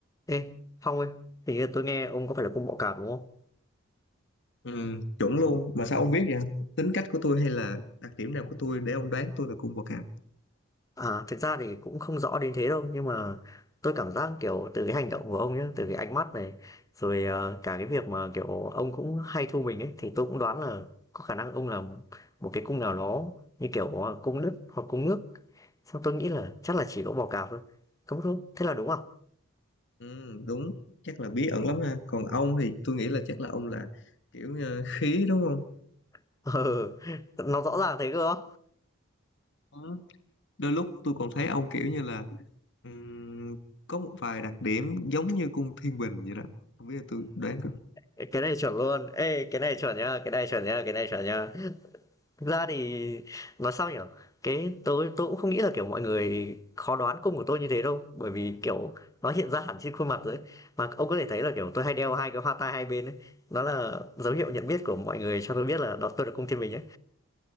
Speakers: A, on the left (about 15°); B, on the left (about 55°).
A: Ê, Phong ơi, hình như tôi nghe ông có phải là cung bọ cạp đúng không?
B: Ừ, chuẩn luôn mà sao ông biết vậy tính cách của tôi hay là đặc điểm nào của tôi để ông đoán tôi là cung bậc cảm
A: À, thực ra thì cũng không rõ đến thế đâu, nhưng mà tôi cảm giác kiểu từ cái hành động của ông nhé, từ cái ánh mắt này, rồi ờ, cả cái việc mà kiểu ông cũng hay thu mình ấy, thì tôi cũng đoán là có khả năng ông là một cái cung nào đó như kiểu ờ, cung đất hoặc cung nước. Xong tôi nghĩ là chắc là chỉ có bọ cạp thôi. Không đúng, thế là đúng không?
B: ừ, đúng chắc là bí ẩn lắm ha còn ông thì tôi nghĩ là chắc là ông là kiểu ờ, khí đúng không
A: <laughs> Ừ, nó rõ ràng thế cơ.
B: Ừ. đôi lúc tôi còn thấy ông kiểu như là ừm, có một vài đặc điểm giống như cung thiên bình vậy đó không biết là tôi đoán có
A: <laughs> cái này chuẩn luôn. Ê, cái này chuẩn nhá, cái này chuẩn nhá, cái này chuẩn nhá. Thực ra thì nói sao nhỉ? Cái tôi tôi cũng không nghĩ là, kiểu, mọi người khó đoán cung của tôi như thế đâu, bởi vì, kiểu, nó hiện ra hẳn trên khuôn mặt rồi ấy. Mà ông có thể thấy là, kiểu, tôi hay đeo 2 cái hoa tai hai bên ấy, đó là dấu hiệu nhận biết của mọi người cho tôi biết là đó tôi là cung Thiên Bình ấy.